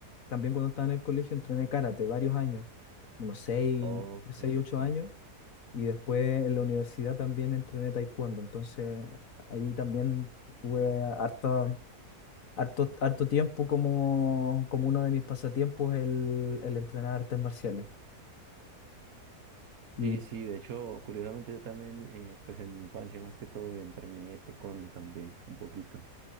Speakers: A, on the left (about 60°); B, on the right (about 65°).
A: también cuando estaba en el colegio entrené karate varios años, unos seis,
B: Ok,
A: seis, ocho
B: ok.
A: años, y después en la universidad también entrené taekwondo, entonces ahí también tuve hartas harto, harto tiempo como, como uno de mis pasatiempos el, el entrenar artes marciales. Y,
B: Sí, sí, de hecho, curiosamente yo también, eh, pues en mi infancia más que todo entrené taekwondo también, un poquito.